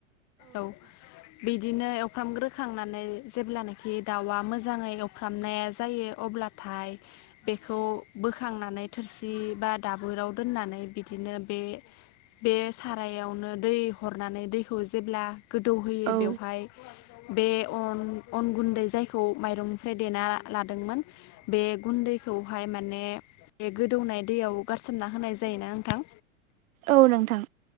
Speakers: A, on the left (about 45°); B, on the right (about 75°).
A: औ बिदि बिदिनो एवफ्रामग्रोखांनानै जेब्लानाखि दाउआ मोजाङै एवफ्रामनाया जायो अब्ला
B: <inaudible>
A: बेखौ बोखांनानै थोरसि बा दाबोराव दोननानै बिदिनो बे बे सारायावनो दै हरनानै दैखौ जेब्ला गोदौ होयो
B: औ
A: बेवहाय बे अन अन गुन्दै जायखौ माइरंनिफ्राय देना लादोंमोन बे गुन्दै दैखौहाय माने बे गोदौनाय दैयाव गारसोमना होनाय जायोना नोंथां।
B: औ नोंथां।